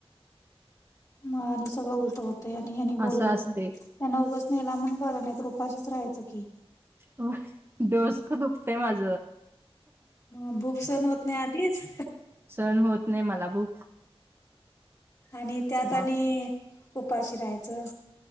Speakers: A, on the left (about 35°); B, on the right (about 25°).
A: म आणि सगळं उलट होते आणि हने बोलवलेच
B: असं असते.
A: नाही त्यांना उगच नेला म्हणून बरं नाही उपाशीच राहायचं की
B: हो डोसक दुखतंय माझ
A: ह भूक सहन होत नाही आधीच
B: सहण होत नाही मला भुक
A: आणि त्यात
B: मग
A: आणि उपाशी राहायचं